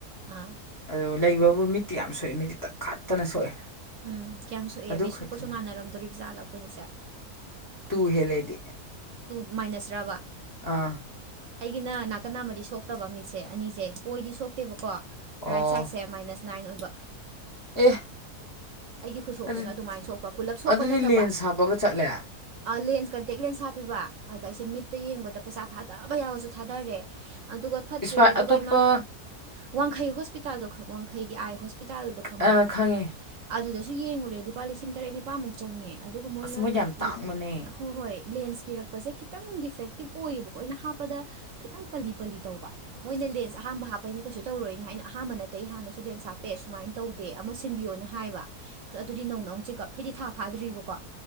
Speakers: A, on the right; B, on the left.
A: ꯑꯥ
B: ꯑꯣ ꯂꯩꯕꯕꯨ ꯃꯤꯠꯇꯤ ꯌꯥꯝ ꯁꯣꯛꯏ ꯃꯤꯠꯇꯤ ꯇꯥꯛ ꯀꯠꯇꯅ ꯁꯣꯛꯑꯦ
A: ꯎꯝ ꯀꯌꯥꯝ ꯁꯣꯛꯑꯦ
B: ꯑꯗꯨ
A: ꯃꯤ
B: ꯈꯛꯇꯅꯦ
A: ꯁꯣꯛꯄꯁꯨ ꯃꯥꯟꯅꯔꯝꯗꯣꯔꯤꯕ ꯖꯥꯠꯂ ꯑꯩꯈꯣꯏꯅꯤꯁꯦ
B: ꯇꯨ ꯍꯦꯂꯦꯗꯤ
A: ꯇꯨ ꯃꯥꯏꯅꯁ ꯇꯕ
B: ꯑꯥ
A: ꯑꯩꯒꯤꯅ ꯅꯥꯀꯟ ꯅꯥꯝꯃꯗꯤ ꯁꯣꯛꯇꯕ ꯃꯤꯠꯁꯦ ꯑꯅꯤꯁꯦ ꯑꯣꯏꯗꯤ ꯁꯣꯛꯇꯦꯕꯀꯣ
B: ꯑꯣ
A: ꯔꯥꯏꯠ ꯁꯥꯏꯠꯁꯦ ꯃꯥꯏꯅꯁ ꯅꯥꯏꯟ ꯑꯣꯏꯕ
B: ꯑꯦ
A: ꯑꯩꯒꯤ ꯈꯨꯠꯁꯣꯛꯇꯨꯅ
B: ꯑꯗꯨ
A: ꯑꯗꯨꯃꯥꯏꯅ ꯁꯣꯛꯄ ꯄꯨꯜꯂꯞ ꯁꯣꯛꯄ
B: ꯑꯗꯨꯗꯤ
A: ꯅꯠꯇꯕ
B: ꯂꯦꯟꯁ ꯍꯥꯞꯄꯒ ꯆꯠꯂꯦ
A: ꯂꯦꯟꯁ ꯀꯟꯇꯦꯛ ꯂꯦꯟꯁ ꯍꯥꯞꯄꯤꯕ ꯑꯗ ꯑꯩꯁꯦ ꯃꯤꯠꯇ ꯌꯦꯡꯕꯗ ꯄꯩꯁꯥ ꯊꯥ ꯇꯥꯕ ꯌꯥꯕꯁꯨ ꯊꯥꯗꯔꯦ ꯑꯗꯨꯒ ꯐꯠꯇ꯭ꯔꯦ
B: ꯏꯁꯄꯥꯏ
A: ꯑꯗꯨꯒ
B: ꯑꯇꯣꯞꯄ
A: ꯏꯃꯥ ꯋꯥꯡꯈꯩ ꯍꯣꯁꯄꯤꯇꯥꯜꯗꯣ ꯋꯥꯡꯈꯩꯒꯤ ꯑꯥꯏ ꯍꯣꯁꯄꯤꯇꯥꯜꯗꯣ ꯈꯪꯕ꯭ꯔꯥ
B: ꯑꯥ ꯈꯪꯉꯦ
A: ꯑꯗꯨꯗꯁꯨ ꯌꯦꯡꯂꯡꯨꯔꯦ ꯂꯨꯄꯥ ꯂꯤꯁꯤꯡ ꯇꯔꯦꯠ ꯅꯤ ꯂꯄꯥꯃꯨꯛ ꯆꯪꯉꯦ ꯑꯗꯨꯒ ꯃꯣꯏꯅ
B: ꯑꯁ ꯃꯣꯏꯗꯤ ꯌꯥꯝ ꯇꯥꯡꯕꯅꯦ
A: ꯍꯣꯏ ꯍꯣꯏ ꯂꯦꯟꯁ ꯄꯤꯔꯛ ꯍꯥꯞꯄꯁꯦ ꯈꯤꯇꯪ ꯗꯤꯐꯦꯛꯇꯤꯞ ꯑꯣꯏꯌꯦꯕꯀꯣ ꯑꯩꯅ ꯍꯥꯞꯄꯗ ꯈꯤꯇꯪ ꯄꯂꯤ ꯄꯂꯤ ꯇꯧꯕ ꯃꯣꯏꯅ ꯂꯦꯟꯁ ꯑꯍꯝꯕ ꯍꯥꯞꯄꯩꯅꯦ ꯀꯩꯁꯨ ꯇꯧꯔꯣꯏꯅ ꯍꯥꯏ ꯑꯍꯥꯟꯕ ꯅꯠꯇꯦ ꯍꯥꯟꯅꯁꯨ ꯂꯦꯟꯁ ꯍꯥꯞꯄꯦ ꯁꯨꯃꯥꯏꯅ ꯇꯧꯗꯦ ꯑꯃ ꯁꯤꯟꯕꯤꯌꯣꯅ ꯍꯥꯏꯕ ꯑꯁ ꯑꯗꯨꯗꯤ ꯅꯧꯅ ꯑꯃꯨꯛ ꯆꯦꯛꯑꯞ ꯍꯥꯏꯗꯤ ꯊꯥ ꯐꯥꯗ꯭ꯔꯤꯕꯀꯣ